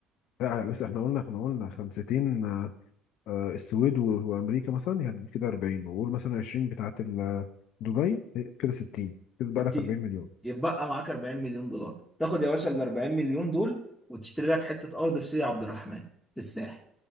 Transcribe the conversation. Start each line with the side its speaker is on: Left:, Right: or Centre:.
Left: لا بس احنا قلنا احنا قلنا 50 آه، السويد و- وامريكا مثلا يعني كده 40 وقول مثلا 20 بتاعه ال- دبي كده 60 كده
Centre: 60
Left: بقى لك 40 مليون
Centre: يتبقى معاك 40 مليون دولار تاخد يا باشا ال 40 مليون دول وتشتري لك حته ارض في سيدي عبد الرحمن في الساحل